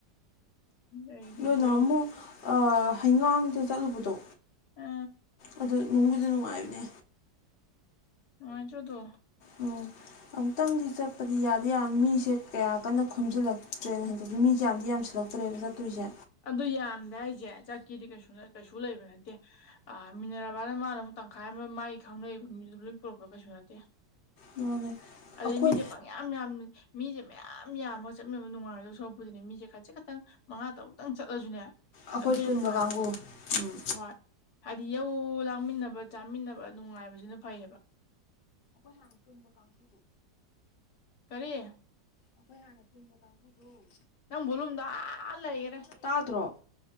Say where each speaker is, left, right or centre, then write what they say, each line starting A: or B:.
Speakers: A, on the left; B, on the left.
A: ꯂꯩꯔꯤꯁꯦ
B: ꯅꯣꯏ ꯅꯍꯥꯟꯃꯨꯛ ꯑꯥ ꯍꯩꯉꯥꯡꯗ ꯆꯠꯂꯨꯕꯗꯣ
A: ꯑ
B: ꯑꯗꯨ ꯅꯨꯡꯕꯨꯗꯤ ꯅꯨꯡꯉꯥꯏꯕꯅꯦ
A: ꯅꯨꯉꯥꯏꯇ꯭ꯔꯣꯗꯣ
B: ꯎꯝ ꯑꯃꯨꯛꯇꯪꯗꯤ ꯆꯠꯄꯗꯤ ꯌꯥꯗꯤ ꯌꯥꯕꯅꯦ ꯃꯤꯁꯦ ꯀꯌꯥ ꯀꯟꯅ ꯈꯣꯝꯖꯤꯜꯂꯛꯇ꯭ꯔꯦ ꯑꯗꯒꯤ ꯃꯤꯁꯦ ꯌꯥꯝꯗꯤ ꯌꯥꯝꯁꯤꯜꯂꯛ <inaudible> ꯆꯠꯇꯨꯏꯖꯦ
A: ꯑꯗꯨ ꯌꯥꯝꯗꯦ ꯍꯥꯏꯁꯦ ꯆꯠꯀꯦꯗꯤ ꯀꯩꯁꯨ ꯀꯩꯁꯨ ꯂꯩꯕ ꯅꯠꯇꯦ ꯑ ꯃꯤꯟꯅꯔꯕꯅ ꯃꯥꯅ ꯑꯃꯨꯛ ꯇꯪꯈꯥꯏ ꯑꯃ ꯃꯥꯥꯏ ꯈꯪꯅꯕ ꯃꯤꯗꯨ ꯂꯣꯏ ꯄꯨꯔꯛꯄ꯭ꯔ ꯀꯩꯁꯨ ꯅꯠꯇꯦ
B: ꯃꯥꯅꯦ
A: ꯑꯗꯨ
B: ꯑꯩꯈꯣꯏ
A: ꯃꯤꯖꯦ ꯄꯪꯌꯥ ꯌꯥꯝꯌꯥꯝ ꯌꯥꯝ ꯃꯤꯁꯦ ꯃꯌꯥꯝ ꯌꯥꯝꯃꯒ ꯆꯠꯃꯤꯟꯅꯕ ꯅꯨꯡꯉꯥꯏꯔꯣꯗꯣꯏ ꯁꯔꯨꯛꯄꯨꯗꯤꯅꯦ ꯃꯤꯁꯦ ꯈꯖꯤꯠ ꯈꯛꯇꯪ ꯃꯉꯥ ꯇꯔꯨꯛ ꯈꯤꯇꯪ ꯆꯠꯂꯁꯨꯅꯦ
B: ꯑꯩꯈꯣꯏ
A: ꯑꯗꯨꯅ ꯍꯦꯟꯅ
B: ꯄꯨꯟꯕ
A: ꯅꯨꯡꯉꯥꯏꯌꯦꯕ
B: ꯀꯥꯡꯕꯨ ꯎꯝ
A: ꯍꯣꯏ ꯍꯥꯏꯗꯤ ꯌꯧ ꯂꯥꯡꯃꯤꯟꯅꯕ ꯆꯥꯃꯤꯟꯅꯕ ꯅꯨꯡꯉꯥꯏꯕꯁꯤꯅ ꯐꯩꯌꯦꯕ
B: ꯑꯩꯈꯣꯏ ꯄꯨꯟꯕ ꯀꯥꯡꯕꯨꯗꯣ
A: ꯀꯔꯤ
B: ꯑꯩꯈꯣꯏ ꯍꯥꯟꯅ ꯄꯨꯟꯕ ꯀꯥꯡꯕꯨꯗꯣ
A: ꯅꯪ ꯚꯣꯂꯨꯝꯗꯣ ꯑꯥ ꯂꯩꯒꯔꯦ
B: ꯇꯥꯗ꯭ꯔꯣ